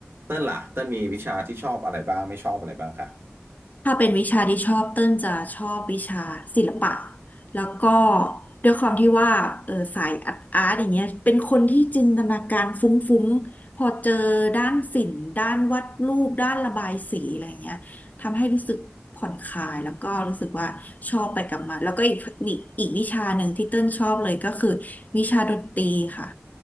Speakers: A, on the right; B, on the left.
A: เต้นล่ะเต้นมีวิชาที่ชอบอะไรบ้างไม่ชอบอะไรบ้างคะ
B: ถ้าเป็นวิชาที่ชอบเต้นจะชอบวิชาศิลปะแล้วก็ด้วยความที่ว่าเออสายอาร์ตอาร์ตอย่างเงี้ยเป็นคนที่จินตนาการฟุ้งๆพอเจอด้านศิลป์ด้านวาดรูปด้านระบายสีอะไรเงี้ยทำให้รู้สึกผ่อนคลายแล้วก็รู้สึกว่าชอบไปกับมันแล้วก็อีกอีกอีกวิชาหนึ่งที่เต้นชอบเลยก็คือวิชาดนตรีค่ะ